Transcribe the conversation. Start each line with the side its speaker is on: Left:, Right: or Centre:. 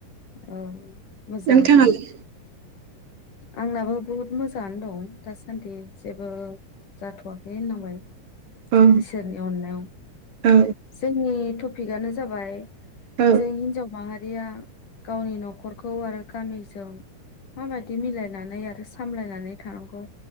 Left: औ मोजां
Right: नोंथाङालाय
Left: आंनाबो बहुत मो जांनो दं दासान्दि जेबो जाथ'वाखै होननांबाय
Right: औ
Left: इसोरनि अननायाव
Right: औ
Left: जोंनि टपिकनो जाबाय
Right: औ
Left: जे हिनाजाव माहा आ गावनि न'खरखौ आरो गामिजों माबाय बिदि मिलायनानै आरो सामलायनानै थानांगौ